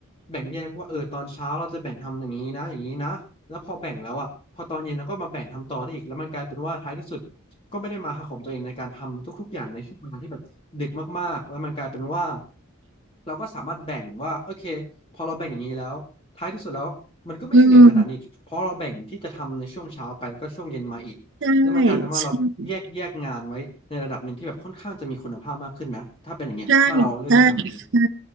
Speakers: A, on the left; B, on the right.
A: แบ่งแยกว่าเออตอนเช้าเราจะแบ่งทำอย่างนี้นะอย่างนี้นะแล้วพอแบ่งแล้วอ่ะพอตอนเย็นเราก็มาแบ่งทำต่อได้อีกแล้วมันกลายเป็นว่าท้ายที่สุดก็ไม่ได้มาหาของตัวเองในการทำทุกๆอย่างในช่วงเวลาที่แบบเด็กมากๆแล้วมันกลายเป็นว่าเราก็สามารถแบ่งว่าโอเคพอเราแบ่งอย่างนี้แล้วท้ายที่สุดแล้วมันก็ไม่ได้เหนื่อยขนาดนี้เพราะเราแบ่งที่จะทำในช่วงเช้าไปก็ช่วงเย็นมาอีกแล้วมันกลายเป็นว่าเราแยกแยกงานไว้ในระดับหนึ่งที่แบบค่อนข้างจะมีคุณภาพมากขึ้นไหมถ้าเป็นอย่างเงี้ยถ้าเราเลือกที่จะทำอย่างนี้
B: อืมใช่ใช่ ใช่ใช่ใช่